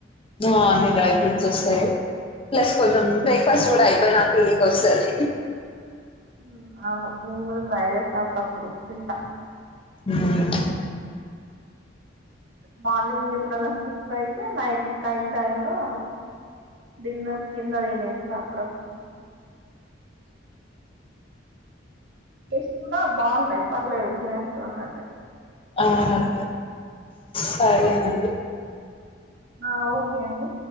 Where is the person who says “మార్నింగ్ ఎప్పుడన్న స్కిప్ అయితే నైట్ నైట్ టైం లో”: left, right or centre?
Right